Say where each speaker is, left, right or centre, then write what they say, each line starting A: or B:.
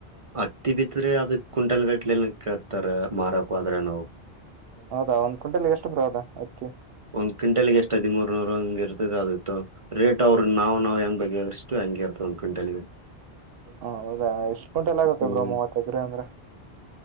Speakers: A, on the right; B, on the right.
A: ಹತ್ತಿ ಬಿದ್ರೆ ಅದ ಕುಂಟಲ್ ಗಟ್ಲೆ ಕಳ್ತಾರ ಮಾರಕ್ ಆದ್ರೆ ನಾವು
B: ಹೌದಾ ಒಂದ್ ಕುಂಲ್ಗೆ ಎಷ್ಟು ಬರೋದಾ ಅಕ್ಕಿ
A: ಒಂದ್ಂಟಲ್ ಎಷ್ಟ ಹದಿರ್ ನೂರು ಹಂಗಿರುತ್ತೆ ಅತ್ತು ರೇಟ್ ಅವರು ನಾ ನವು ಹೆಂಗ ಬಗ್ಗೆ ಇಷ್ಟು ಹಂಗೆ ಇರ್ತ ಒಂದು ಕ್ವಿಂಟಲ್
B: ಹೌದಾ ಎಷ್ಟು ಗುಂಟೆಲ್ ಆಗುತ್ತ
A: ಹ್ಮ್
B: ಬ್ರ ಮೂವತ್ತ ಎಕ್ರ ಅಂದ್ರ